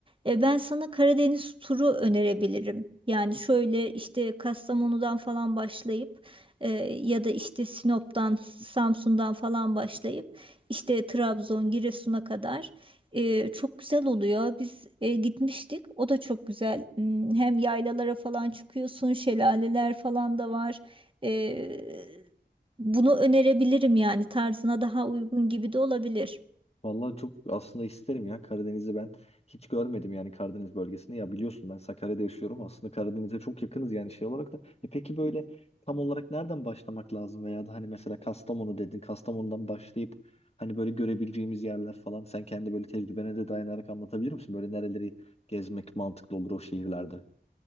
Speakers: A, on the right; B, on the left.
A: e, ben sana Karadeniz turu önerebilirim. Yani şöyle işte Kastamonu'dan falan başlayıp e, ya da işte Sinop'tan, Samsun'dan falan başlayıp işte Trabzon, Giresun'a kadar e, çok güzel oluyor. Biz e, gitmiştik. O da çok güzel. Hmm, Hem yaylalara falan çıkıyorsun, şelaleler falan da var. E, bunu önerebilirim yani tarzına daha uygun gibi de olabilir.
B: Vallahi çok aslında isterim ya Karadeniz'i ben hiç görmedim yani Karadeniz bölgesini. Ya biliyorsun ben Sakarya'da yaşıyorum aslında Karadeniz'e çok yakınız yani şey olarak da. E peki böyle tam olarak nereden başlamak lazım veya da hani mesela Kastamonu dedin Kastamonu'dan başlayıp hani böyle görebileceğimiz yerler falan sen kendi böyle tecrübene de dayanarak anlatabilir misin? Böyle nereleri gezmek mantıklı olur o şehirlerde?